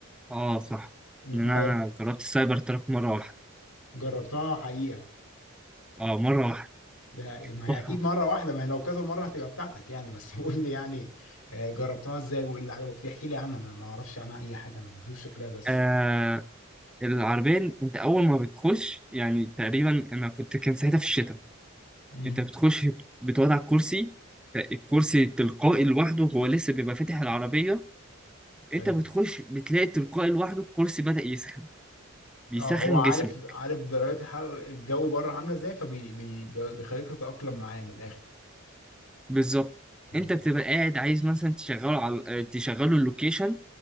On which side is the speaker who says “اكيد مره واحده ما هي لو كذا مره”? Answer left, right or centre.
Left